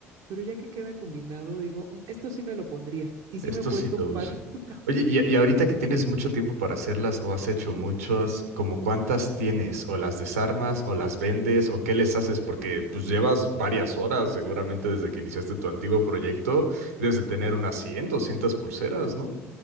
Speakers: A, on the right; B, on the right.
A: pero ya que queda combinado, digo, "Mm, esto sí me lo pondría. Y sí
B: Esto
A: me he puesto
B: sí lo
A: un par,
B: uso.
A: <laughs>
B: Oye, y, y ahorita que tienes mucho tiempo para hacerlas o has hecho muchas, ¿como cuántas tienes? ¿O las desarmas o las vendes o qué les haces? Porque pues llevas varias horas seguramente desde que iniciaste tu antiguo proyecto, debes de tener unas cien doscientas pulseras, ¿no?